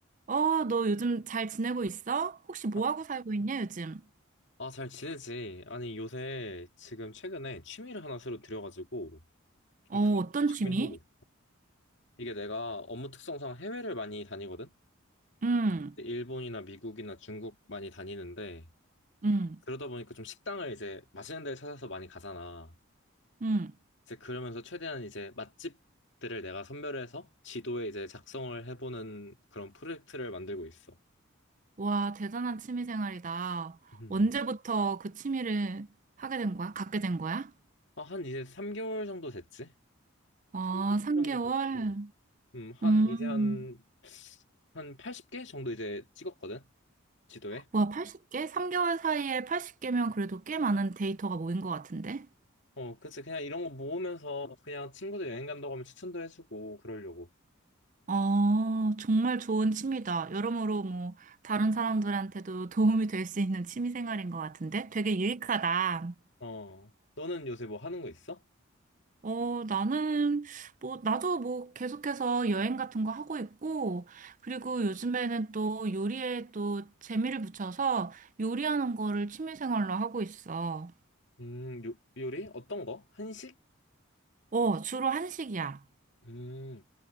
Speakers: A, on the right; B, on the left.
A: 어, 너 요즘 잘 지내고 있어? 혹시 뭐
B: 어?
A: 하고 살고 있냐, 요즘?
B: 아, 잘 지내지? 아니, 요새 지금 최근에 취미를 하나 새로 들여가지고 좀
A: 어,
B: 크게
A: 어떤
B: 취미
A: 취미?
B: 해보고 있어. 이게 내가 업무 특성상 해외를 많이 다니거든?
A: 응,
B: 일본이나 미국이나 중국 많이 다니는데
A: 응,
B: 그러다 보니까 좀 식당을 이제 맛있는 데를 찾아서 많이 가잖아.
A: 응.
B: 이제 그러면서 최대한 이제 맛집들을 내가 선별해서 지도에 이제 작성을 해보는 그런 프로젝트를 만들고 있어.
A: 와, 대단한 취미 생활이다.
B: 음.
A: 언제부터 그 취미를 하게 된 거야? 갖게 된 거야?
B: 아, 한 이제 3개월 정도 됐지?
A: 어,
B: 3개월
A: 3개월?
B: 정도 됐고. 음, 한,
A: 음,
B: 이제 한, 한 80개 정도 이제 찍었거든? 지도에.
A: 와, 80개? 3개월 사이에 80개면 그래도 꽤 많은 데이터가 모인 것 같은데?
B: 어, 그치. 그냥 이런 거 모으면서 그냥 친구들 여행 간다고 하면 추천도 해주고, 그러려고.
A: 어, 정말 좋은 취미다. 여러모로 뭐, 다른 사람들한테도 도움이 될 수 있는 취미 생활인 것 같은데? 되게 유익하다.
B: 어, 너는 요새 뭐 하는 거 있어?
A: 어, 나는, 뭐, 나도 뭐, 계속해서 여행 같은 거 하고 있고, 그리고 요즘에는 또 요리에 또 재미를 붙여서 요리하는 거를 취미생활로 하고 있어.
B: 음, 요, 요리? 어떤 거? 한식?
A: 어, 주로 한식이야.
B: 음,